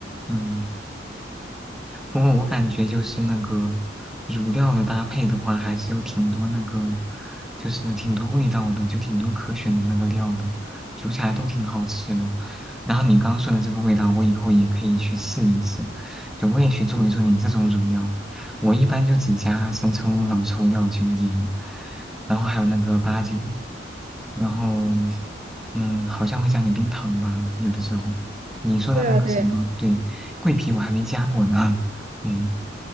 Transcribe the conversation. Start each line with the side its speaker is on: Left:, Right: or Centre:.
Centre: 嗯，不过我感觉就是那个乳料的搭配的话，还是有挺多那个，就是挺多味道的，就挺多可选的那个料的，煮起来都挺好吃的。然后你刚刚说的这个味道，我以后也可以去试一试，就我也去做一做你这种乳料。我一般就只加生抽、老抽、料酒、盐，然后还有那个八九，然后嗯，好像会加点冰糖吧，有的时候。你说的那个什么，
Right: 对呀，对呀，
Centre: 对，桂皮我还没加过呢。嗯